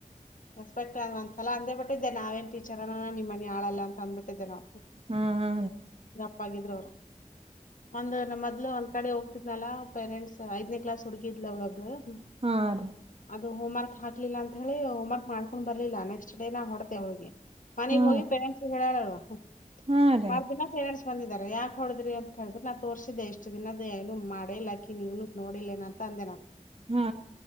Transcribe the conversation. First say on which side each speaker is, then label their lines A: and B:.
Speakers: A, on the left; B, on the right.
A: ರೆಪೆಕ್ಟ್ ಒಂದಸಲ ಅಂದೇಟ್ಟ. <unintelligible> ಟೀಚರ್ ನಿಮ್ಮ. ನಾಳೆಲ್ಲಾ ಅಂದಬಿಟ್ಟಿದ್ದೆನೋ
B: ಹಾ ಹಾ
A: ತಪ್ಪಾಗಿದ್ರ ಒಂದ್ ನ ಮೊದ್ಲು ಒಂದ್ ಕಡೆಹೋಗ. ನಾ ಪೆರೆಂಟ್ಸ್ ಐದನೇ ಕ್ಲಾಸ್ ಹಡುಗಿದ <unintelligible>
B: ಹಾ ರೀ.
A: ಅದು ಹೋಮ್ವರ್ಕ್ ಹಾಕ್ಲಿಲ್ಲ ಅಂತ ಹೇಳಿ ಹೋಮ ವರ್ಕ್ ಮಾಡ್ಕೊಂಡ್ ಬರ್ಲಿಲ್ಲ ನೆಕ್ಸ್ಟ್ ಡೇ ನಾ ಹೊಡತೆ ಅವಳಿಗೆ. ಮನೆಗ್
B: ಹಾ
A: ಹೋಗಿ ಪೆರೆಂಟ್ಸ್ ಹೇಳಾಳ ಹ
B: ಹಾ ರೀ
A: ಬರ್ದನಾ ರ ಬಂದಿದ್ದಾರೆ ಯಾಕೆ ಹೊಡದ್ರಿ ಅಂತ ಕೇಳಿದ್ರೆ ನಾ ತೋರಸಿದ್ದಾಇಷ್ಟ ದಿನದ ಏನು ಮಾಡೇಯಿಲ್ಲಾ ಆಕಿ ನೀವ ನೋಡಿಲ್ಲ ಏನ ತಂದೇ ನಾ
B: ಹಾ